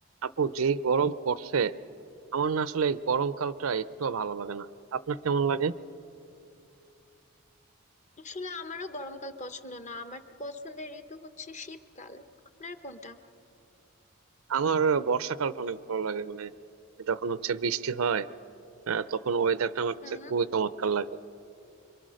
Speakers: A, on the right; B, on the left.
A: আপু যেই গরম পড়ছে আমার না আসলে এই গরমকালটা একটু ভালো লাগে না আপনার কেমন লাগে
B: আসলে আমারও গরমকাল পছন্দ না আমার তো পছন্দের ঋতু হচ্ছে শীতকাল আপনার কোনটা
A: আমার বর্ষাকালটা অনেক ভালো লাগে মানে যখন হচ্ছে বৃষ্টি হয় আহ, তখন ওয়েদারটা আমার কাছে
B: হুম
A: খুবই চমৎকার লাগে